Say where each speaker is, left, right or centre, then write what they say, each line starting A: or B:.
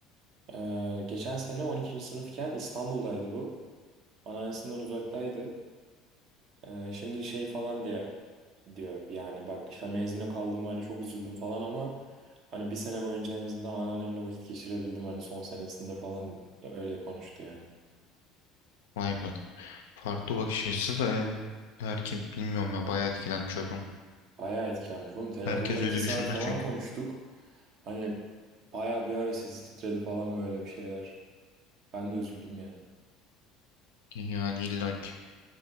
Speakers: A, on the right; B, on the left.
A: E, geçen sene 12. sınıfken İstanbul'daydı bu. Anneannesinden uzaktaydı. Ee, şimdi şey falan diye diyor yani bak işte hani mezuna kaldım hani çok üzüldüm falan ama hani bir sene boyunca en azından anneannemle vakit geçirebildim hani son senesinde falan öyle konuştu yani.
B: Vay be. Farklı bakış açısı da yani herkes bilmiyorum ya bayağı etkilenmiş o zaman.
A: Bayağı etkilenmiş oğlum telefonda
B: Herkes
A: iki
B: öyle
A: saat
B: düşünmez
A: falan
B: çünkü.
A: konuştuk. Hani bayağı bir ara sesi titredi falan böyle bir şeyler. Ben de üzüldüm yani.
B: Yani illaki.